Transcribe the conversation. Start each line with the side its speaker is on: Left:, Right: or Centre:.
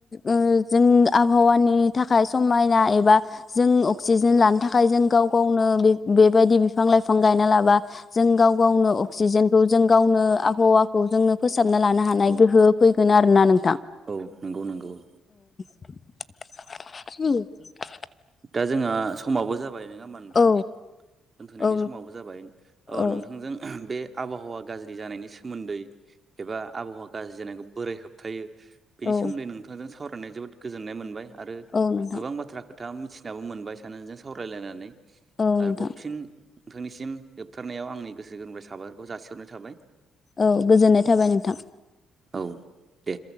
Left: ओ जों आबहावानि थाखाय समायना एबा जों अक्सिजेन लानो थाखाय जों गाव गावनो बेबायदि बिफां-लाइफां गायना लाबा जों गाव गावनो अक्सिजेनखौ जों गावनो आबहावाखौ जोंनो फोसाबना लानो हानाय
Right: औ
Left: गोहो फैगोन आरोना नों
Right: औ नोंगौ-नोंगौ औ।
Left: <unintelligible>
Right: दा जोंहा समाबो जाबाय। नङा होमबा नोंथां
Left: औ
Right: दोनथ'नायनि
Left: औ
Right: समावबो जाबाय
Left: औ
Right: नोंथांजों बे आबहावा गाज्रि जानायनि सोमोन्दै एबा आबहावा गाज्रि जानायखौ बोरै होबथायो। बेनि
Left: औ
Right: सोमोन्दै नोंथांजों सावरायनाय जोबोद गोजोननाय मोनबाय आरो
Left: औ नोंथां
Right: गोबां बाथ्रा खोथा मिथि बिनाबो मोनबाय सानैजों सावरायलायनानै
Left: औ नोंथां
Right: आरोबाव फिन नोंथांनिसिम जोबथारनायाव आंनि गोसो गोरबोनिफ्राय साबायखरखौ जासिहरनाय थाबाय।
Left: औ गोजोननाय थाबाय नोंथां।
Right: औ दे।